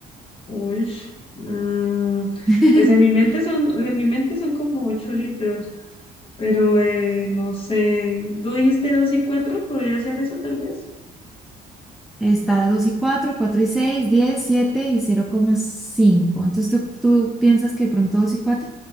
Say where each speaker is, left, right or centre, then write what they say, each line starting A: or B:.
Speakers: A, on the left; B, in the centre.
A: Uy, mm,
B: <laughs>
A: pues en mi mente son, en mi mente son como 8 litros, pero eh, no sé. ¿Tú dijiste 2 y cuatro ¿Podría ser eso tal vez?
B: Está dos y cuatro 4 y seis diez 7 y cero coma cinco Entonces, ¿tú, tú piensas que de pronto 2 y cuatro